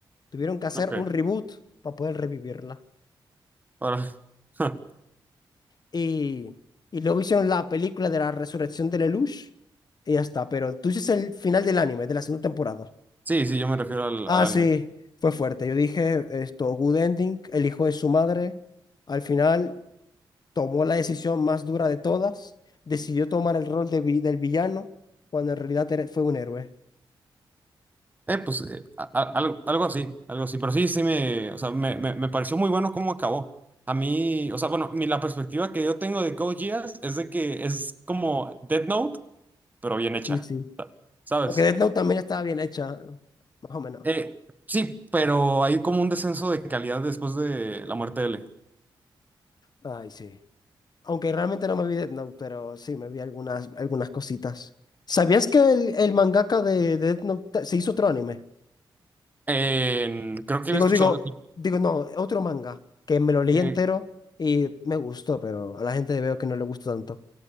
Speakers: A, on the left; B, on the right.
A: Tuvieron que hacer
B: Ok.
A: un reboot para poder revivirla.
B: Ahora. <laughs>
A: Y, y luego hicieron la película de la resurrección de Lelouch y ya está. Pero tú dices el final del anime, de la segunda temporada.
B: Sí, sí, yo me refiero al,
A: Ah,
B: al anime.
A: sí, fue fuerte. Yo dije esto, good ending, el hijo de su madre, al final tomó la decisión más dura de todas, decidió tomar el rol de vi- del villano, cuando en realidad era- fue un héroe.
B: Eh, pues eh, a- a- algo, algo así, algo así. Pero sí, sí me, o sea, me, me, me pareció muy bueno cómo acabó. A mí, o sea, bueno, mi, la perspectiva que yo tengo de Code Geass es de que es como Death Note, pero bien hecha,
A: Sí, sí.
B: ¿sabes?
A: Aunque Death Note también estaba bien hecha, más o menos.
B: Eh, sí, pero hay como un descenso de calidad después de la muerte de L.
A: Ay, sí. Aunque realmente no me vi Death Note, pero sí me vi algunas, algunas cositas. ¿Sabías que el, el mangaka de, de Death Note ta- se hizo otro anime?
B: En- creo que
A: Digo,
B: había escuchado
A: digo,
B: algo así.
A: digo, no, otro manga que me lo leí
B: Eh,
A: entero y me gustó, pero a la gente veo que no le gustó tanto.